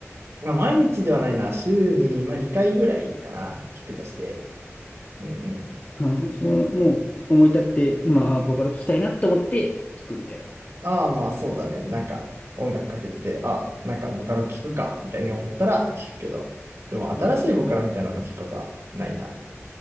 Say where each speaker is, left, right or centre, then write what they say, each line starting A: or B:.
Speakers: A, on the right; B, on the left.
A: まあ毎日ではないな。週に、まあ、2回ぐらいかな。聞くとして。うん
B: あの、それはもう思い立って今、あボカロ聞きたいなって思って聞くみたいな。
A: ああ、まあそうだね。なんか音楽かけてて、あ、なんかボカロ聞くか、みたいに思ったら聞くけど、でも新しいボカロみたいなの聞くことはないな。
B: あ、